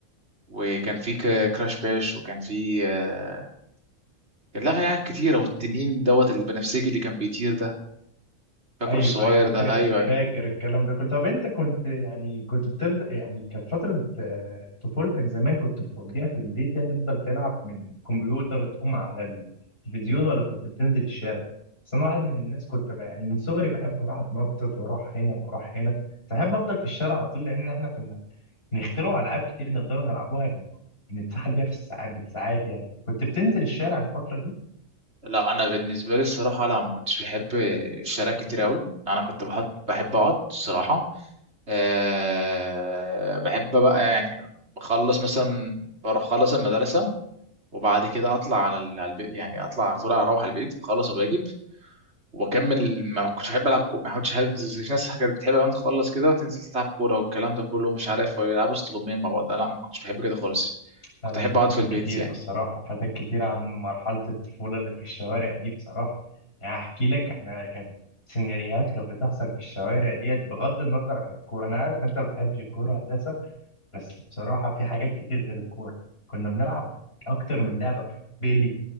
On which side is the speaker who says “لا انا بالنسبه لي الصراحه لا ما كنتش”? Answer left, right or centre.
Right